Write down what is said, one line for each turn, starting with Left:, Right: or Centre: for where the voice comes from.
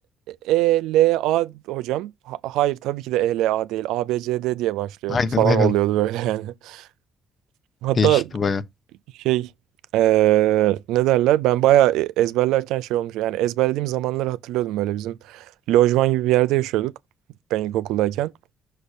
Right: E, E, L, A hocam. Ha- hayır tabii ki de E, L, A değil. A, B, C, D diye başlıyor
Left: <laughs> Aynen
Right: falan
Left: aynen.
Right: oluyordu böyle yani. <laughs> Hatta
Left: Değişikti baya.
Right: şey eee, ne derler? Ben bayağı e- ezberlerken şey olmuş. Yani ezberlediğim zamanları hatırlıyordum böyle. Bizim lojman gibi bir yerde yaşıyorduk. Ben ilkokuldayken.